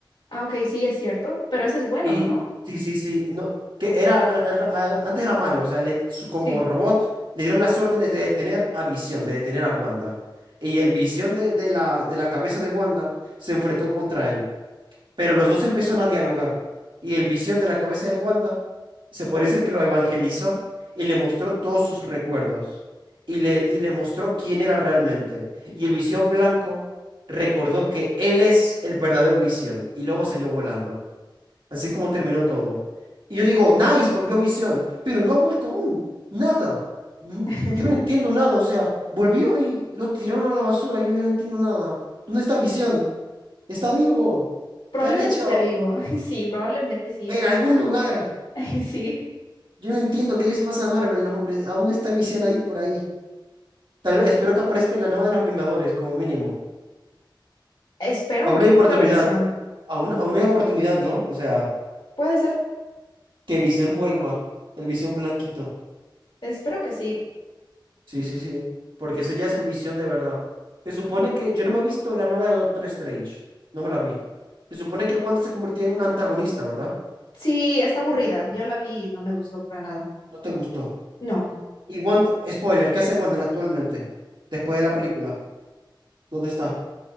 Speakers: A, on the left; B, on the right.
A: Ah, ok, sí, es cierto, pero ese es bueno,
B: Y
A: ¿no?
B: sí, sí, sí, no, que era, ra- ra- a- antes era malo, o sea, le- su- como
A: Sí.
B: robot le dieron las órdenes de detener a Visión, de detener a Wanda. Y el Visión de, de la, de la cabeza de Wanda se enfrentó contra él, pero los dos empezaron a dialogar. Y el Visión de la cabeza de Wanda, se podría decir que lo evangelizó y le mostró todos sus recuerdos. Y le, y le mostró quién era realmente. Y el Visión blanco recordó que él es el verdadero Visión y luego salió volando. Así es como terminó todo. Y yo digo, nice, volvió Visión, pero no ha vuelto aún. Nada. Mm,
A: <laughs>
B: Yo no entiendo nada. O sea, volvió y lo tiraron a la basura. Yo ya no entiendo nada. ¿Dónde está Visión? Está vivo.
A: Probablemente
B: ¿Qué han hecho?
A: esté vivo. <laughs> Sí, probablemente sí.
B: En algún lugar.
A: <laughs> Ay, sí.
B: Yo no entiendo qué les pasa a Marvel, los hombres. Aún está Visión ahí por ahí. Tal vez, espero que aparezca en la nueva de los Vengadores, como mínimo.
A: Espero
B: Aún
A: que
B: hay oportunidad.
A: esta versión.
B: Aún,
A: Mm,
B: aún hay oportunidad, ¿no? O sea,
A: Puede ser.
B: que Visión vuelva. El Visión blanquito.
A: Espero que sí.
B: Sí, sí, sí. Porque ese ya es el Visión de verdad. Se supone que yo no me he visto la nueva de Doctor Strange. No me la vi. Se supone que Wanda se convirtió en un antagonista, ¿verdad?
A: Sí, está aburrida. Yo la vi y no me gustó para nada.
B: No te gustó.
A: No.
B: Y Wanda, spoiler, ¿qué hace Wanda actualmente? Después de la película. ¿Dónde está?